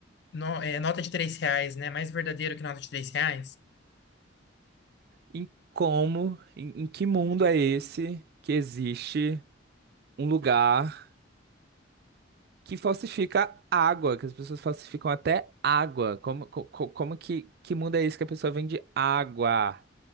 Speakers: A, on the left; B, on the right.
A: no- é, nota de três reais, né? Mais verdadeiro que nota de três reais?
B: Em como, em, em que mundo é esse que existe um lugar que falsifica água, que as pessoas falsificam até água. Como, co- co- como que, que mundo é esse que a pessoa vende água